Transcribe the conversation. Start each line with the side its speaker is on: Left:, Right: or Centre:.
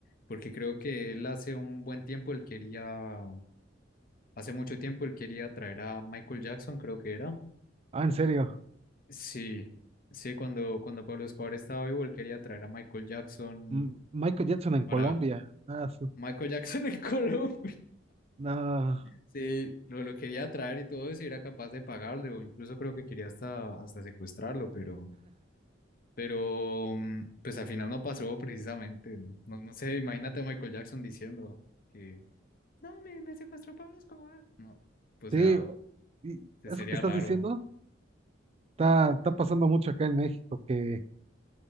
Left: Porque creo que él hace un buen tiempo, él quería, hace mucho tiempo, él quería traer a Michael Jackson, creo que era.
Right: Ah, en serio,
Left: Sí, sí, cuando, cuando Pablo Escobar estaba vivo, él quería traer a Michael Jackson
Right: M- Michael Jackson en
Left: para
Right: Colombia. Ah, su-
Left: Michael Jackson en <laughs> Colombia.
Right: no,
Left: Sí, lo, lo quería traer y todo eso, y era capaz de pagarle, o incluso creo que quería hasta, hasta secuestrarlo, pero, pero mm, pues al final no pasó precisamente. No, no sé, imagínate a Michael Jackson diciendo que no, me, me secuestró Pablo Escobar. No, pues
Right: sí,
Left: o sea,
Right: y
Left: se-
Right: eso
Left: sería
Right: que estás
Left: raro.
Right: diciendo está, está pasando mucho acá en México, que,